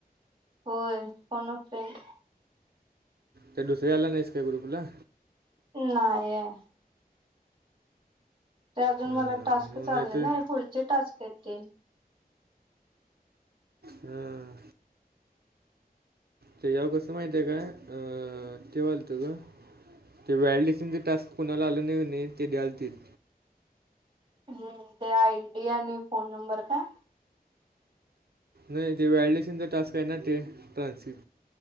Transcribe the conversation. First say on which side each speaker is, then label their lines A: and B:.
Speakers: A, on the right; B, on the right.
A: होय फोन अ फ्रेंड....
B: त्या दुसऱ्या आला नाहीस काय ग्रुपला?
A: नाहीय... ते अजून
B: अ,
A: मला टास्क
B: मग
A: आले
B: नाहीतर
A: नाही ना पुढचे टास्क आहेत ते.....
B: ह ते याव कसं माहित आहे का अ.... तेव्हा आलत का ते व्हॅलिडेशन चे टास्क कोणाला आलं नाही नाही ते द्यायलतील...
A: हम्म ते आय डी आणि फोन नंबर का?
B: नाही ते व्हलडेशनचा टास्क आहे ना ते ट्रान्स